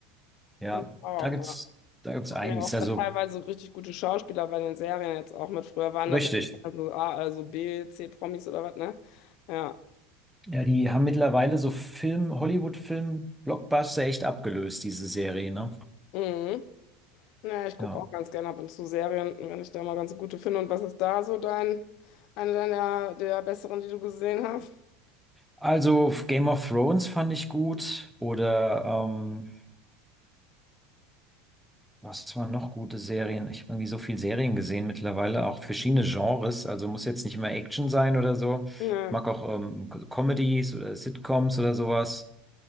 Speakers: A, in the centre; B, on the left.
A: Ja,
B: Finde ich auch.
A: da gibt's,
B: Ja.
A: da gibt's
B: Machen
A: einiges.
B: ja auch
A: Also
B: teilweise richtig gute Schauspieler bei den Serien jetzt auch mit. Früher waren
A: richtig.
B: das ja nur A, also B, C-Promis oder was, ne? Ja.
A: Ja, die haben mittlerweile so Film, Hollywood-Film, Blockbuster echt abgelöst, diese Serie, ne?
B: Mhm. Naja, ich gucke
A: Ja.
B: auch ganz gerne ab und zu Serien, wenn ich da mal ganz gute finde. Und was ist da so dein, eine deiner der besseren, die du gesehen hast?
A: Also Game of Thrones fand ich gut oder ähm, was waren noch gute Serien? Ich habe irgendwie so viel Serien gesehen mittlerweile, auch verschiedene Genres. Also muss jetzt nicht immer Action sein oder so.
B: Ja.
A: Ich mag auch ähm, Comedies oder Sitcoms oder sowas.